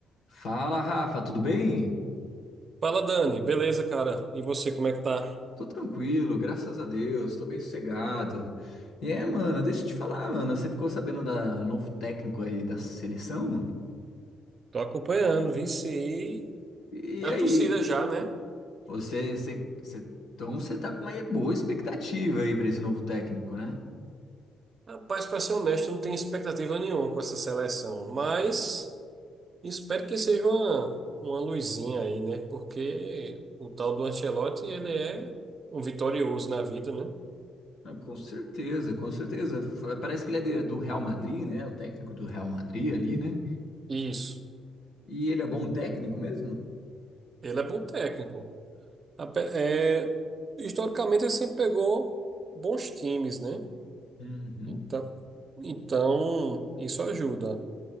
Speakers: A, on the left (about 70°); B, on the right (about 40°).
A: Fala, Rafa, tudo bem?
B: Fala, Dani. Beleza, cara? E você, como é que tá?
A: Tô tranquilo, graças a Deus, tô bem sossegado. E é, mano, deixa eu te falar, mano, você ficou sabendo da novo técnico aí da seleção?
B: Tô acompanhando, vici.
A: E
B: Na
A: aí,
B: torcida já, né?
A: você, você, você- então você tá com uma boa expectativa aí pra esse novo técnico, né?
B: Rapaz, pra ser honesto, eu não tenho expectativa nenhuma com essa seleção. Mas espero que seja uma, uma luzinha aí, né? Porque o tal do Ancelotti, ele é um vitorioso na vida, né?
A: Ah, Com certeza, com certeza. F- Parece que ele é de- do Real Madrid, né? O técnico do Real Madrid ali, né?
B: Isso.
A: E ele é bom técnico mesmo?
B: Ele é bom técnico. Ape- é, historicamente, ele sempre pegou bons times, né?
A: Uhum.
B: Então, então isso ajuda.